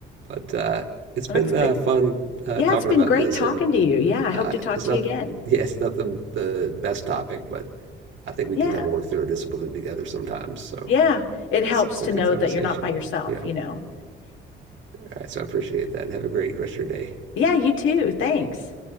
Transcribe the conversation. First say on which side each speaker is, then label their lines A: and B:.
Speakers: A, on the right (about 70°); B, on the left (about 80°).
A: But uh, it's
B: Well,
A: been
B: It's been,
A: uh, fun uh,
B: yeah,
A: talking
B: it's been
A: about
B: great
A: this,
B: talking
A: and
B: to you. Yeah, I
A: uh,
B: hope to talk
A: it's
B: to
A: not,
B: you again.
A: <laughs> yeah, it's not the the best topic, but I think we
B: Yeah.
A: can kind of work through a disability together sometimes. So
B: Yeah, it
A: it's
B: helps
A: it's
B: to
A: a good
B: know
A: conversation.
B: that you're not by yourself,
A: Yeah.
B: you know.
A: All right. So I appreciate that. Have a great rest of your day.
B: Yeah, you too. Thanks.